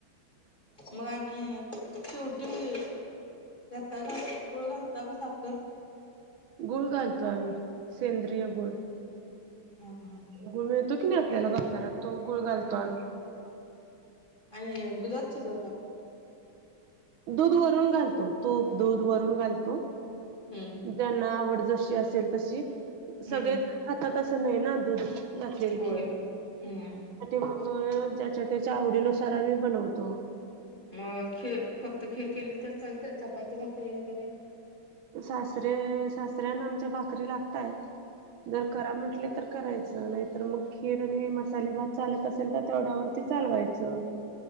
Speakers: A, on the left; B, on the right.
A: मग आणि शेवटी त्यात काय घालता गुळ घालता का साखर?
B: गुळ घालतो आम्ही सेंद्रिय गुळ
A: हा हा
B: गुळ मिळतो की नाही आपल्याला बाजारात तो गुळ घालतो
A: हम्म
B: आम्ही
A: आणि दुधात शिजवता
B: दूध वरून घालतो तूप, दूध वरून घालतो.
A: हम्म
B: ज्यांना आवड जशी असेल तशी
A: हम्म
B: सगळे जण खातात असं नाही ना दूध घातलेले
A: होय.
B: की
A: हम्म
B: मग ज्याच्या त्याच्या आवडीनुसार आम्ही बनवतो.
A: मग खी फक्त खीर केली तर चालते चपाती, भाकरी वगैरे
B: सासरे सासऱ्याना आमच्या भाकरी लागतायेत जर करा म्हटले तर करायचं. नाहीतर मग खीर आणि मसाले भात चालत असेल तर तेवढ्यावरती चालवायचं.